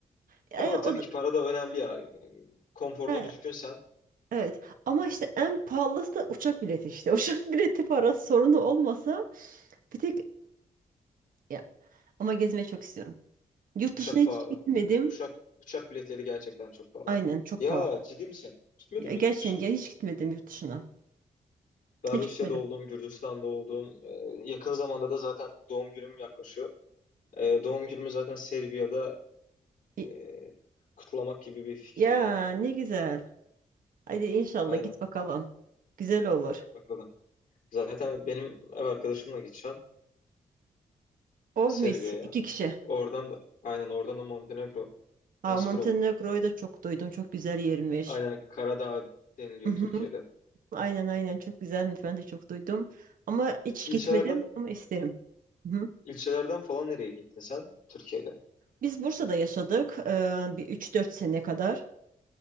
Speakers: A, on the right; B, on the left.
A: E,
B: Ama tabii
A: o da-
B: ki para da önemli ya. Konforuna
A: e,
B: düşkünsen
A: evet ama işte en pahalısı da uçak bileti işte. <laughs> Uçak bileti parası sorunu olmasa bir tek ya, ama gezmeyi çok istiyorum. Yurt
B: uçak
A: dışına hiç
B: pa-
A: gitmedim.
B: uçak uçak biletleri gerçekten çok pahalı.
A: Aynen çok
B: Ya
A: pahalı.
B: ciddi misin? Gitmedin
A: Ya,
B: mi
A: gerçekten
B: yurt dışına?
A: ya, hiç gitmedim yurt dışına.
B: Ben
A: Hiç
B: Rusya'da
A: gitmedim.
B: oldum, Gürcistan'da oldum. Eee, yakın zamanda da zaten doğum günüm yaklaşıyor. Eee, doğum günümü zaten Serbia'da
A: Y-
B: e, kutlamak gibi bir fikrim
A: Ya
B: var.
A: ne güzel. Hadi inşallah
B: Aynen.
A: git bakalım. Güzel olur.
B: Bakalım. Zaten benim ev arkadaşımla gideceğim
A: Oh
B: Serbia'ya.
A: mis iki kişi.
B: Oradan da aynen oradan da Montenegro.
A: Ha,
B: Ha, süper
A: Montenegro'yu
B: olur.
A: da çok duydum. Çok güzel yermiş.
B: Aynen Karadağ deniliyor
A: Mhm.
B: Türkiye'de.
A: Aynen aynen çok güzelmiş. Ben de çok duydum. Ama hiç
B: İlçelerden
A: gitmedim ama isterim. Hı.
B: ilçelerden falan nereye gittin sen Türkiye'de?
A: Biz Bursa'da yaşadık eee, bir üç dört sene kadar.